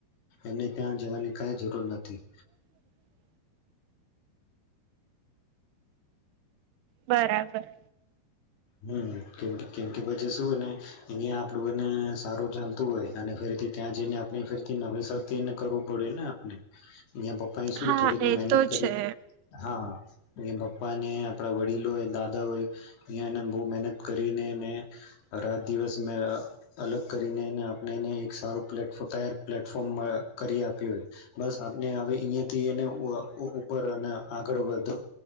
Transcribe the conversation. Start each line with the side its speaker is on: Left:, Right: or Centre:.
Left: એને ત્યાં જવાની કઈ જરૂર નથી
Right: હમ. બરાબર.
Left: હમ કેમ કેમ કે પછી શુંને અહંયા આપડુંને સારું ચાલતું હોય. અને ત્યાં જઈને આપણે ફેર નવેસરને કરવું પડે ને આપણે. અહીંયા પપ્પા એ શું
Right: હા
Left: થોડીક
Right: એ
Left: મહેનત
Right: તો
Left: કરી
Right: છે
Left: હા એ પપ્પા ને આપણા વડીલોય દાદા હોય અહીંયા એને બહુ મહેનત કરીને રાત દિવસ મે અલગ કરીનેને આપણેને એક સારું પ્ તૈાર પ્લેટફોર્મ કરી આપ્યો બસ આપણે હવે અહીંયાથી એ ઉપર અને આગળ વધ